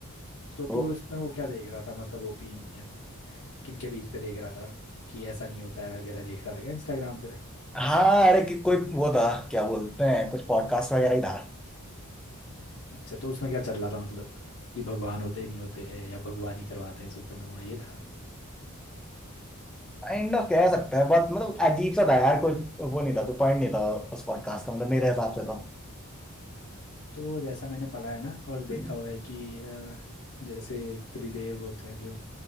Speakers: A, on the left; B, in the centre.
A: तो
B: तो
A: तू इसमें वो क्या देख रहा था मतलब ओपिनियन किनके बीच पे देख रहा था कि ऐसा नहीं होता है वगैरह देख रहा था क्या इंस्टाग्राम पे
B: हाँ अरे कि- कोई वो था क्या बोलते हैं कुछ पॉडकास्ट वगैरह ही था
A: अच्छा तो उसमें क्या चल रहा था मतलब कि भगवान होते ही नहीं होते हैं या भगवान ही करवाते हैं सुपरनोवा ये था
B: काइंड ऑफ कह सकते हैं बहुत मतलब अजीब सा था यार कोई वो नहीं था कोई पॉइंट नहीं था उस पॉडकास्ट का मतलब मेरे हिसाब से तो
A: तो जैसा मैंने पढ़ा है ना और देखा
B: हम्म,
A: हुआ है कि अ, जैसे त्रिदेव होते हैं जो